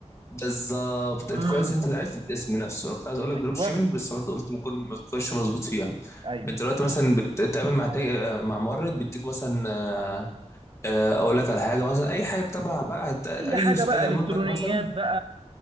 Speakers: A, on the left; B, on the right.
A: بالظبط
B: امم
A: انت كويس انت عرفت الاسم نفسه انا كنت عايز اقول لك
B: ايوه
A: دروب شيبنج بس برضه قلت ممكن ما تكونش مظبوط فيها
B: ايوه
A: انت دلوقتي مثلا بتتعامل مع تاج... مع مورد بيديك مثلا آه، آه، اقول لك على حاجه مثلا اي حاجه تبع بقى هت- اي
B: اي حاجه بقى
A: اي
B: الكترونيات
A: منتج مثلا
B: بقى